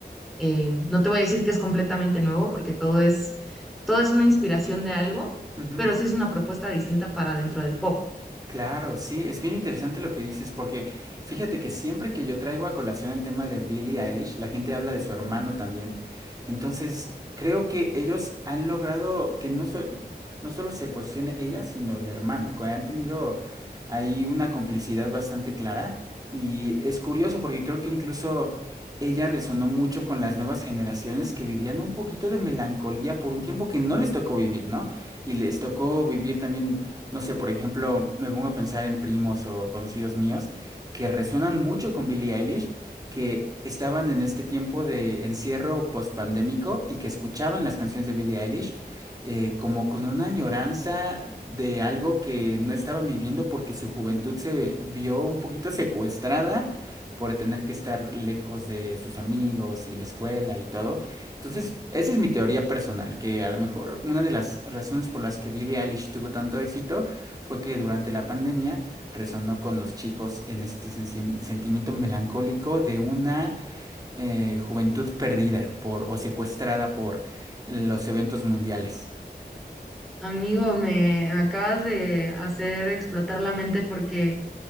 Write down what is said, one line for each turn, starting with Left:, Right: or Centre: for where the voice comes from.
Centre: eh, no te voy a decir que es completamente nuevo, porque todo es, todo es una inspiración de algo,
Right: ujú.
Centre: pero sí es una propuesta distinta para dentro del pop.
Right: Claro, sí, es bien interesante lo que dices, porque fíjate que siempre que yo traigo a colación el tema de Billie Eilish, la gente habla de su hermano también. Entonces, creo que ellos han logrado que no, sol- no solo se posicione ella, sino el hermano, que han tenido ahí una complicidad bastante clara. Y es curioso porque creo que incluso ella resonó mucho con las nuevas generaciones que vivían un poquito de melancolía por un tiempo que no les tocó vivir, ¿no? Y les tocó vivir también no sé, por ejemplo, me pongo a pensar en primos o conocidos míos que resuenan mucho con Billie Eilish, que estaban en este tiempo de encierro postpandémico y que escuchaban las canciones de Billie Eilish eh, como con una añoranza de algo que no estaban viviendo porque su juventud se vio un poquito secuestrada por tener que estar lejos de sus amigos y la escuela y todo. Entonces, esa es mi teoría personal, que a lo mejor una de las razones por las que Billie Eilish tuvo tanto éxito fue que durante la pandemia resonó con los chicos en este sen- sentimiento melancólico de una eh, juventud perdida por o secuestrada por los eventos mundiales.
Centre: Amigo, me, me acabas de hacer explotar la mente porque